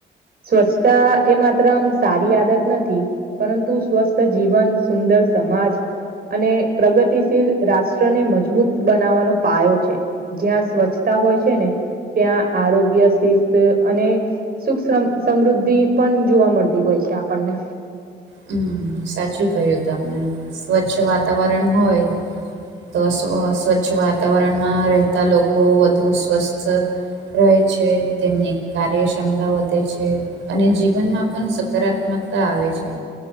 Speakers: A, on the right; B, on the right.
A: સ્વચ્છતા એ માત્ર આમ સારી આદત નથી પરંતુ સ્વસ્થ જીવન સુંદર સમાજ અને પ્રગતિશીલ રાષ્ટ્રને મજબૂત બનાવવાનો પાયો છે જ્યાં સ્વચ્છતા હોય છે ને ત્યાં આરોગ્ય શિસ્ત અને સુખ સમ સમૃદ્ધિ પણ જોવા મળતી હોય છે આપણને
B: હમ્મ સાચું કય્યું તમે સ્વચ્છ વાતાવરણ હોય તો સ્વ સ્વચ્છ વાતાવરણમાં રહેતા લોકો વધુ સ્વસ્થ રહે છે તેમની કાર્યસમતા વધે છે અને જીવનમાં પન સકારાત્મકતા આવે છે